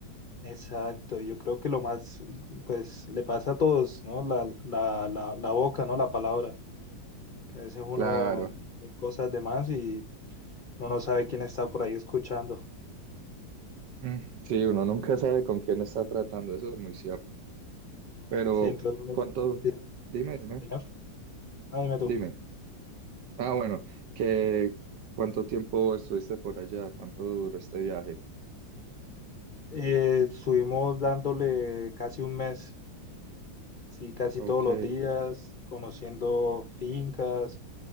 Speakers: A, on the left; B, on the right.
A: Exacto, yo creo que lo más, pues le pasa a todos, ¿no? La, la, la, la boca, ¿no? La palabra, que a veces uno
B: Claro.
A: dice cosas de más y uno no sabe quién está por ahí escuchando.
B: Mm, Sí, uno nunca sabe con quién está tratando, eso es muy cierto. Pero,
A: Sí, entonces, uno-
B: ¿cuánto?
A: sí,
B: Dime, dime,
A: señor, ah, dime
B: dime.
A: tú.
B: Ah, bueno, que ¿cuánto tiempo estuviste por allá? ¿Cuánto duró este viaje?
A: Eh, estuvimos dándole casi un mes, sí, casi
B: Ok,
A: todos los días, conociendo fincas,